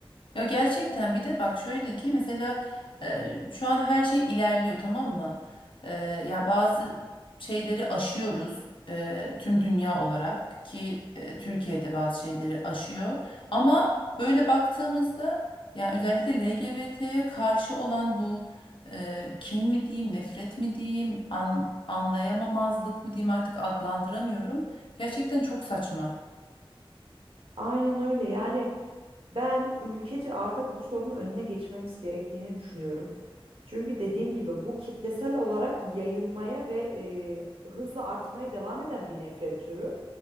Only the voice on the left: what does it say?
Ya gerçekten bir de bak şöyle ki mesela e, şu an her şey ilerliyor tamam mı? E, yani bazı şeyleri aşıyoruz e, tüm dünya olarak ki e, Türkiye'de bazı şeyleri aşıyor. Ama böyle baktığımızda ya özellikle LGBT'ye karşı olan bu e, kin mi diyeyim, nefret mi diyeyim, an- anlayamamazlık mı diyeyim artık adlandıramıyorum. Gerçekten çok saçma.